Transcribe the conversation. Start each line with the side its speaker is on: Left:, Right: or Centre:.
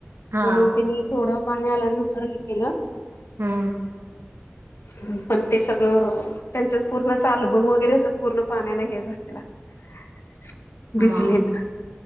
Right: हा
Left: म्हणून त्यांनी थोडं. पाणी आल्यानंतर हे केलं
Right: हा.
Left: हम. पण ते सगळं त्यांच पूर्ण अस अल्बम वगैरे अस पूर्ण पाण्याने हे झालेलं. <unintelligible> भिजलेला
Right: मग